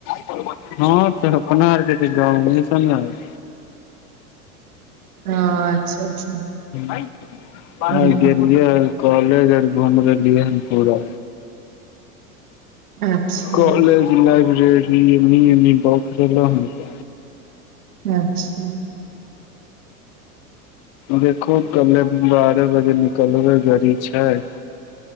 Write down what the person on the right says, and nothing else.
ह अच्छा अच्छा
हँ
अच्छा
अच्छा।